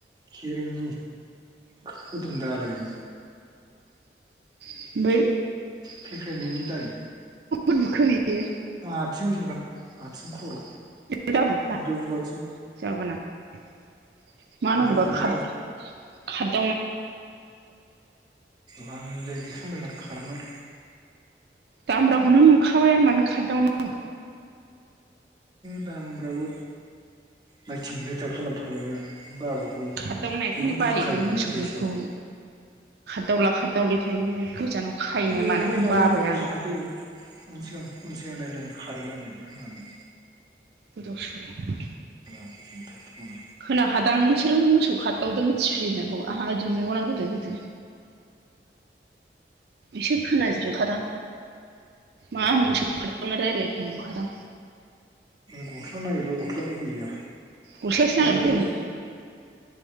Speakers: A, on the right; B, on the right.
A: खेरेंनि। खोदोम दालायजों।
B: जायो
A: फेख्रायनायनि दाय।
B: ओमफ्राय बुखो बियो
A: आथिंआव बुदां आथिं खर।
B: बिदि दा बुखा
A: उदैयाव बुवाखिसै
B: जाबा नाथां। मा
A: उदैयाव
B: नांनायनिबा
A: बुनाय
B: खारदिंला बायो।
A: लानजाय दिखांलायना खारनाय।
B: दामब्राखौनो नुखाबाय आरो मानो खारदावनाव।
A: दामब्राबो नायथिं नायथा खालामथारबायमोन। बाबुखौ
B: खारदावनायखायनो
A: बेखौ बुरखायो
B: बायोहाय
A: होननायखायसो।
B: मोसौफोरखौ खारदावला खारदावलिखायनो गोजानाव खाहैनाय
A: गबाय
B: मानायखौनो
A: नालाय
B: बाबाय आं
A: थादो उन सिगां उनथिं नायलायनानै खारो लानजाय दिखांनानै
B: गोदाव सोरावनो
A: <unintelligible>
B: खोनाखादां नोंसोरखौ मोसौ खारदावदों थिफ्रि होननायखौ आंहा ओजों मेगना गोदो गोदो एसे खोनाज्रिद खादां मा मोसौ खारदावनाय रायलायखो नंखादां।
A: गस्ला नागिरबाय गस्लाबो गैया।
B: गस्लासो नागिरनो
A: ओजों
B: फैदोंमोन
A: आरो